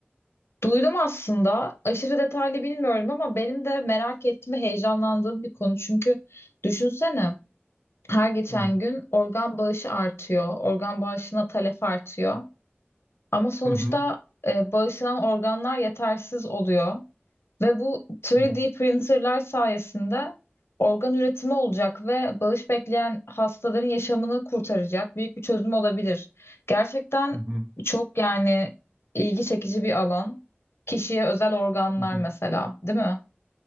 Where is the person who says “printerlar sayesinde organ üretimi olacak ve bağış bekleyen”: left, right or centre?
Left